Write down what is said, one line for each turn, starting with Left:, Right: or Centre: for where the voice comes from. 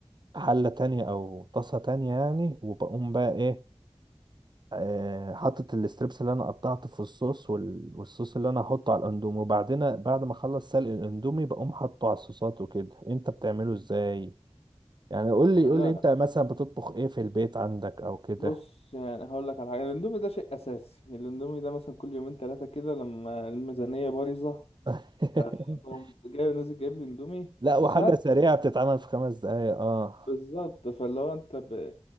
Right: حلة تانية أو طاسة تانية يعني وبقوم بقى إيه آه، حطت الستريبس اللي انا قطعته في الصوص وال... والصوص اللي انا هحطه على الاندومي وبعدين بعد ما اخلص سلق الاندومي بقوم حاطه على الصوصات وكده انت بتعمله ازاي يعني قول لي
Left: انا
Right: قول لي انت مثلا بتطبخ ايه في البيت عندك او كده
Left: بص يعني هقول لك على حاجه الاندومي ده شيء اساسي الاندومي ده مثلا كل يومين ثلاثه كده لما الميزانيه بايظه
Right: <laughs>
Left: بقوم جاي نازل جايب لي اندومي
Right: لا وحاجة
Left: وساعات
Right: سريعة بتتعمل في خمس دقايق اه
Left: بالظبط فاللي هو انت ب...